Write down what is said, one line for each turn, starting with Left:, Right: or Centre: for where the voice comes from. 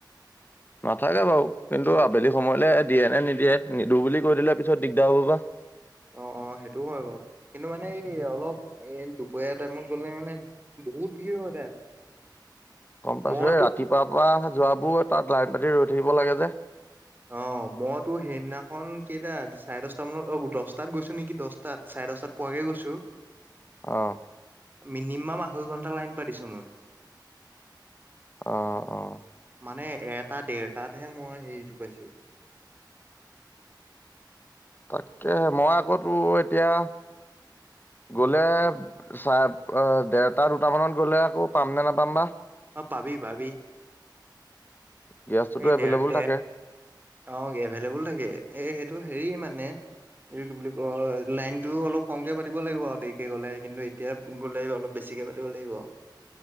Left: নাথাকে বাৰু, কিন্তু আবেলি সময়লে দিয়ে নে নিদিয়ে। নিদু বুলি কৈ দিলে, পিছত দিগদাৰ হ'ব বা?
Right: অ'হ। অ' সেইটো হয় বাৰু, কিন্তু মানে এই অলপ এই দুপৰীয়া টাইমত গলে মানে বহুত ভিৰ হয় তাত। <inaudible>
Left: গম পাইছো
Right: মই
Left: এ
Right: তো
Left: ৰাতিপুৱাৰ পৰা যোৱাবোৰ তাত লাইন পাতি ৰৈ থাকিব লাগে যে
Right: অ' মইতো সেইদিনাখন কেইটা চাৰে দশটা মানত, অ দশটাত গৈছো নেকি দশটাত চাৰে চাৰে দশটাত পোৱাকে গৈছো।
Left: অ'হ।
Right: মিনিমাম আঢ়ৈ ঘন্টা লাইন পাতিছো মই।
Left: অ - অ।
Right: মানে এটা দেৰটাতহে মই হেৰিটো পাইছো।
Left: তাকে মই আকৌ তো এতিয়া গলে চাহ দেৰটা দুটা মানত গ'লে আকৌ পাম নে নোপাম বা?
Right: অ' পাবি পাবি।
Left: গেছটোতো
Right: এই
Left: এভেইলেবল
Right: দেৰ দে
Left: থাকে?
Right: অ', এভেলেবোল থাকে এ সেইটো হেৰি মানে এইটো কি বুলি কয় লাইনটো অলপ কমকে পাতিব লাগিব আৰু দেৰিকে গ'লে কিন্তু এতিয়া গ'লে অলপ বেছ ছিকে পতিব লাগিব।